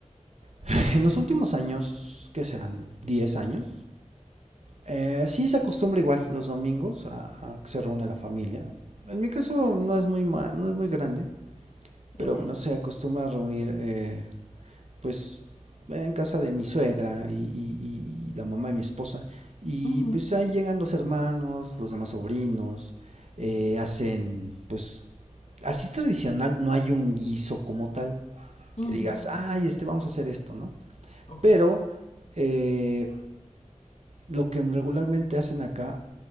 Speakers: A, on the right (about 60°); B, on the left (about 65°).
A: <laughs> En los últimos años, que serán 10 años, eh, sí se acostumbra igual los domingos a, a que se reúne la familia. En mi caso no es muy, no es muy grande, pero
B: Ok.
A: bueno, se acostumbra a reunir eh, pues en casa de mi suegra y, y- y la mamá de mi esposa. Y
B: Ujú,
A: pues ahí llegan los hermanos, los demás sobrinos, eh, hacen pues así tradicional, no hay un guiso como tal
B: ujú,
A: que digas, ay, este vamos a hacer esto, ¿no?
B: Ok.
A: Pero... eh, Lo que regularmente hacen acá